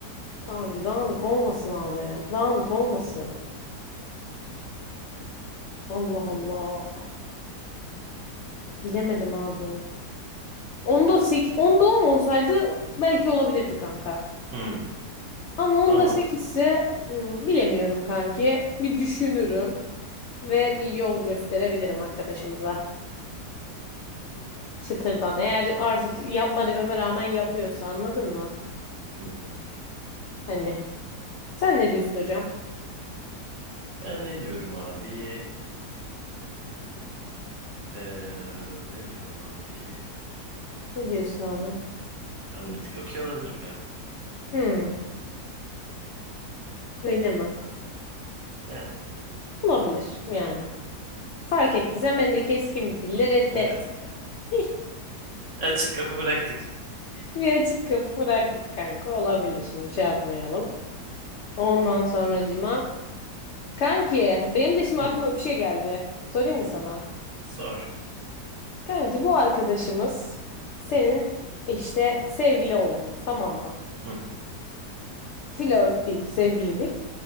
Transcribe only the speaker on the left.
Kanki dağınık olmasın abi. Dağınık olmasın. Allah Allah. Bilemedim abi. Onda 8, onda 10 olsaydı belki olabilirdi kanka.
Ama onda
8 ise hmm, bilemiyorum kanki. Bir düşünürüm ve bir yol gösterebilirim arkadaşımıza. Çıtırdan. Eğer artık yapma dememe rağmen yapıyorsa anladın mı?
Hani. Sen ne diyorsun hocam?
Ne diyorsun abi?
Hmm, öyle mi?
Olabilir yani. Fark ettiysen ben de keskin bir dille reddet.
<laughs>
Bir açık kapı bıraktık kanka. Olabilir şimdi şey yapmayalım. Ondan sonracıma. Kanki benim de şimdi
aklıma bir şey geldi. Sorayım mı sana?
Kanki bu arkadaşımız senin işte sevgili oldunuz tamam mı?
Flört değil sevgililik.